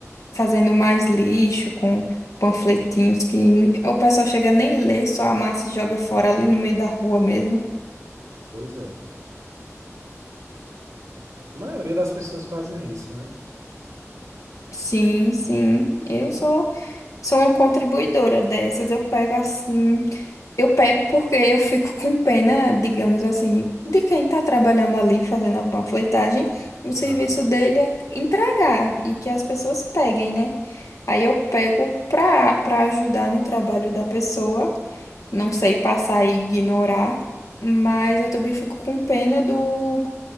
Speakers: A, on the left; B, on the right.
A: fazendo mais lixo com panfletinhos que ni- o pessoal chega nem ler, só amassa e joga fora ali no meio da rua mesmo.
B: Pois é. A maioria das pessoas fazem isso, né?
A: Sim, sim, eu sou sou uma contribuidora dessas. Eu pego assim, eu pego porque eu fico com pena, digamos assim, de quem está trabalhando ali fazendo a panfletagem, o serviço
B: Aham,
A: dele é entregar e que as pessoas peguem, né? Aí eu pego para para ajudar no trabalho da pessoa. não sei passar e ignorar, mas eu também fico com pena do,